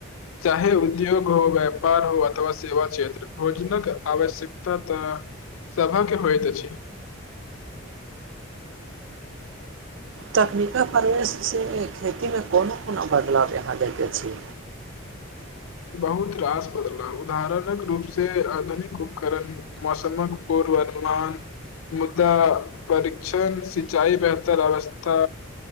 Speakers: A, on the left; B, on the right.
A: चाहे उद्योग हो व्यापार हो अथवा सेवा क्षेत्र भोजनक आवश्यकता तऽ सभके होइत अछि
B: तकनीकल फार खेतीमे कोनो कोनो बदलाव यहाँ दैके छैइ
A: बहुत रास बदलाव उदाहरणक रूप से आधुनिक उपकरण मौसमक पूर्व अनुमान मुद्दा परीक्षण सिंचाई बेहतर अवस्था